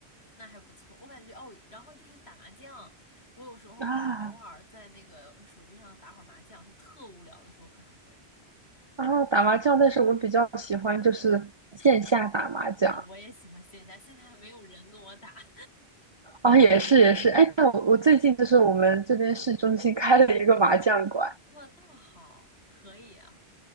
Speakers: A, on the left; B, on the right.
A: 那还不错。我感觉哦，然后就是打麻将，我有时候可能偶尔在那个手机上打会儿麻将，
B: 啊。
A: 就特无聊的时候可能会。
B: 啊！打麻将，但是我比较喜欢就是线下打麻将
A: 啊、我也喜欢线下，线下没有人跟我打。<laughs>
B: 啊，也是也是，哎，但我我最近就是我们这边市中心开了一个麻将馆。
A: 哇，那么好，可以啊。